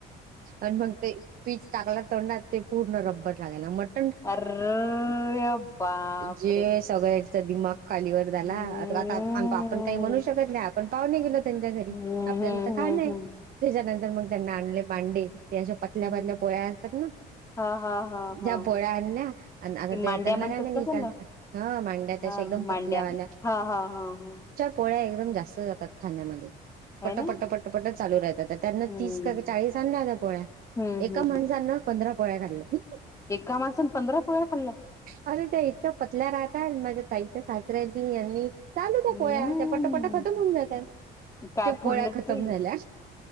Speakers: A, on the right; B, on the left.
A: आणि मग ते पिस टाकला तोंडात ते पूर्ण रब्बर लागायला. मट
B: अरे बापरे
A: जे सगळ्याचा दिमाग खालीवर झाला.
B: हम्म.
A: आता आपण काही म्हणू शकत नाही. आपण पावने गेलोत. त्याच्या घरी
B: हम्म
A: आपल्याला
B: हम्म
A: तर खान आहे.
B: हम्म हम्म
A: त्याच्यानंतर मग त्यांनी आणले मांडे. ते अशा पतल्या
B: हम्म.
A: पतल्या पोळ्या असतात ना
B: हा हा हा हा.
A: ज्या पोळ्या आणल्या. आणि आता
B: ते मांड्या
A: त्यांना
B: म्हणतात
A: काय मी
B: का
A: म्हणल
B: त्याला
A: ह मांड्या त्या
B: हा
A: अशा एकदम
B: मांड्या
A: पतल्या वाल्या.
B: हा हा हा हा
A: पोळ्या एकदम जास्त जातात खाण्यामध्ये. पट
B: आहे ना
A: पट पट चालू राहतात. त्यांन
B: हम्म.
A: तीस का चाळीस आणल्या होत्या पोळ्या.
B: हम्म
A: एका
B: हम्म
A: माणसान पंधरा पोळ्या खाल्ल्या.
B: एका माणसान पंधरा पोळ्या खाल्ल्या.
A: अरे त्या इतक्या पतल्या राहता. माझ्या ताईच्या सासऱ्यानी, यांनी चालू त्या
B: हम्म
A: पोळ्या त्या पट पट खतम होऊन जातात.
B: काय
A: त्या
B: पुरलं
A: पोळ्या खतम
B: ते
A: झाल्या.